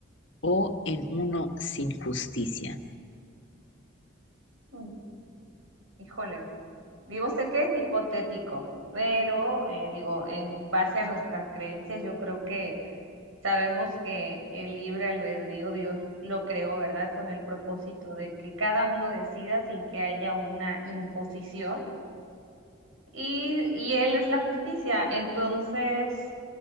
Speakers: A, on the left; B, on the right.
A: o en uno sin justicia?
B: Mm, Híjole. Digo, sé que es hipotético, pero eh, digo, en base a nuestras creencias, yo creo que Sabemos que el libre albedrío Dios lo creó, ¿verdad? Con el propósito de que cada uno decida sin que haya una imposición. Y, y Él es la justicia. Entonces,